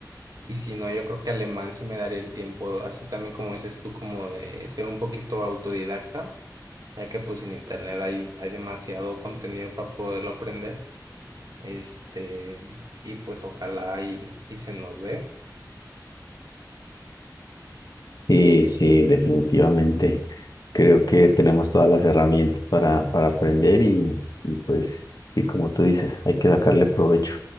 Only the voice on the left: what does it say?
Sí, sí, definitivamente. Creo que tenemos todas las herramientas para, para aprender y, y pues, sí, como tú dices, hay que sacarle provecho